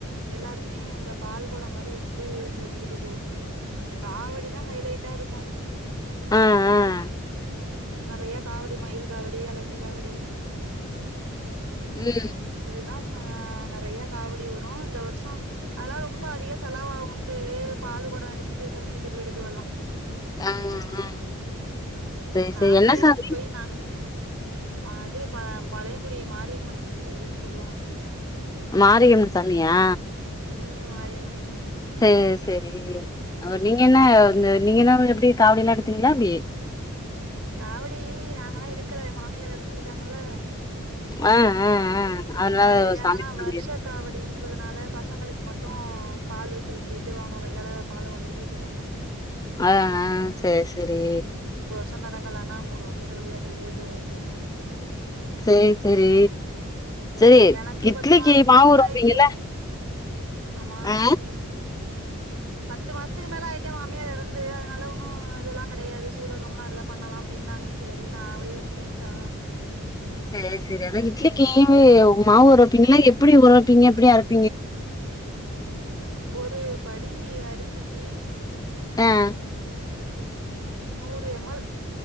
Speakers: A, on the right; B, on the left.
A: எல்லாருமே இந்த பால் கொடம் மாரி எடுத்து செலித்திட்டு போயிட்ருக்கோ இந்த காவடி தா ஹைலைட்டா இருக்கு
B: ஆஹ் ஆஹ்
A: நெறையா காவடி மயில் காவடி அழகு காவடி
B: ம்
A: தா ஹ நெறையா காவடி வரும் இந்த வருஷோ அதல்லா ரொம்ப அதிக செலாவாவுன்ட்டு பா பாலு கொடோ எடுத்துட்டு செலுத்திட்டு போயிடுது வல்லா
B: ஆ ஆ செரி
A: நாங்களே
B: செரி என்ன சாமி
A: போயி நா மா அது ப பழையங்குடி மாரியம்மன் கோயில்ன்னு சொல்லுவாங்க
B: மாரியம்மன் சமியா
A: ம் மாரியம்மன் சாமி
B: சேர் செரி ஒ நீங்க என்ன வந்து நீங்க என்ன எப்டி காவடி எல்லா எடுத்தீங்களா எப்டி
A: காவடி நாங்கல்லா எடுக்கல மாமியார் இறந்திருக்காங்கல்ல
B: ஆ ஆ ஆ
A: அதனால கேடையாது
B: சாமி
A: ஆனா
B: கும்பிட
A: வருஷ
B: முடியாது
A: காவடிங்கற றதுனால பசங்களுக்கு மட்டு பாலு செலுத்திட்டு வானு கையால பால கொண்டுபோயி செலுத்திட்டு வந்தோ
B: ஆஹ்ஹ் சேர் செரி
A: ஷ தொடங்கலானா மூணு வருஷத்துக்கப்படி தள்ளிடே போவும் அப்டின்னாங்க
B: சேரி செரி சேர்
A: எனக்கு
B: இட்லிக்கு
A: பத்து மாசத்துக்கு
B: மாவு
A: மேல
B: ஊர வப்பீங்கல்ல
A: ஆயிட்டு ஆமா
B: ஆ
A: பத்து மாசத்துக்கு மேல ஆயிட்டு என் மாமியார் இறந்து அதனால ஒன்னும் இதெல்லா கெடையாது சூதகம்லா இல்ல பண்ணலா அப்டின்னாங்க செரி நா போயி கட்டிட்டு வந்துட்டே
B: சேர் செரி அதா இட்லிக்கி உ மாவு ஊர வப்பீங்கல்லா எப்டி ஊர வப்பீங்க எப்டி அரப்
A: ஒரு படி அரிசிக்கி
B: ஹ்ஹே
A: நூறு எம் எல்